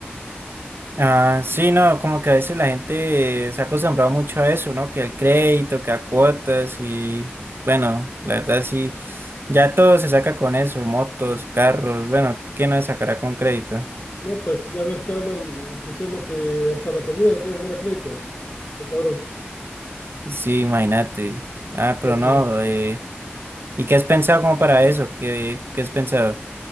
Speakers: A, on the right (about 65°); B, on the left (about 50°).
A: Ah, sí, no, como que a veces la gente se ha acostumbrado mucho a eso, ¿no? Que el crédito, que a cuotas y bueno, la verdad sí, ya todo se saca con eso, motos, carros, bueno, ¿qué no se sacará con crédito?
B: No, pues ya ves que andan diciendo que hasta la comida la quieren vender a crédito. Está cabrón.
A: Sí, imagínate. Ah, pero
B: Pues
A: no,
B: sí.
A: eh, ¿y qué has pensado como para eso? ¿Qué, qué has pensado?